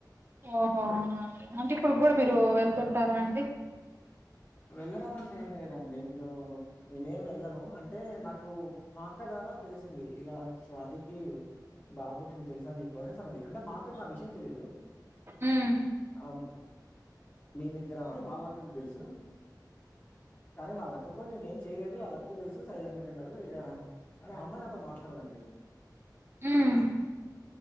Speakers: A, on the right; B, on the left.
A: ఓహో అవునా అండి అంటే ఇప్పుడు కూడా మీరు వెళ్తుంటారా అండి
B: వెళ్ళడం అంటే ఏం లేదండి <unintelligible> నేనేం వెళ్ళను అంటే నాకు మా అక్క ద్వారా తెలిసింది ఇలా స్వాతికి బాబు పుట్టింది తెలుసా నీకు అనేసి అన్నది అంటే మా అక్కకు ఆ విషయం తెలీదు
A: ఉమ్
B: ఆ మేమిద్దరం అని వాళ్ళక్కకి తెలుసు కానీ వాళ్ళక్కకి కూడా నేనే ఏం చేయలేదు వాళ్ళ అక్కకి తెలుసు సైలెంట్గున్నారు ఇక కాని ఆ అమ్మాయి నాతో మాట్లాడదండి
A: ఉమ్